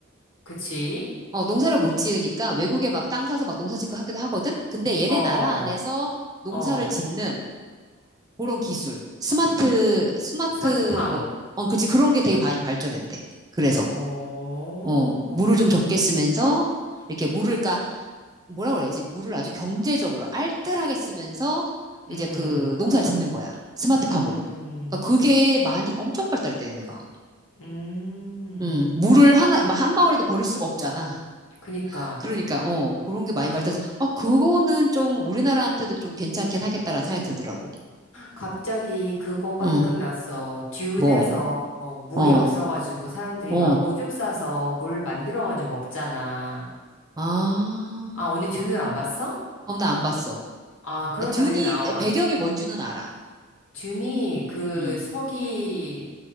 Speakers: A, on the left; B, on the right.
A: 그치?
B: 어, 농사를 못 지으니까 외국에 막 땅 사서 막 농사 짓고 하기도 하거든? 근데 얘네
A: 어,
B: 나라 안에서 농사를
A: 어, 어.
B: 짓는 그런 기술. 스마트, 스마트,
A: 스마트팜.
B: 뭐, 어, 그치. 그런 게 되게 많이 발전했대. 그래서,
A: 어, 어,
B: 어, 물을 좀 적게 쓰면서, 이렇게 물을, 까 뭐라 그래야지? 물을 아주 경제적으로 알뜰하게 쓰면서, 이제
A: 음,
B: 그 농사를 짓는 거야. 스마트팜으로.
A: 음,
B: 그러니까 그게 많이 엄청 발달했대, 내가.
A: 음.
B: 음, 물을 하나, 뭐한 방울에도 버릴 수가 없잖아.
A: 그니까,
B: <laughs> 그러니까, 어, 그런 게 많이
A: 그,
B: 발달해서, 아, 그거는 좀 우리나라한테도 좀 괜찮긴 하겠다라는 생각이 들더라고.
A: 갑자기 그거가
B: 응,
A: 생각났어. 듀운에서
B: 뭐,
A: 어, 물이
B: 어,
A: 없어가지고 사람들이
B: 어.
A: 막 오줌 싸서 물 만들어가지고 먹잖아.
B: 아,
A: 아, 언니 듄을 안 봤어?
B: 어, 나 안 봤어.
A: 아, 그런
B: 아, 듄이,
A: 장면이 나와.
B: 배경이 뭔 줄은 알아.
A: 듄이 그
B: 음.
A: 서기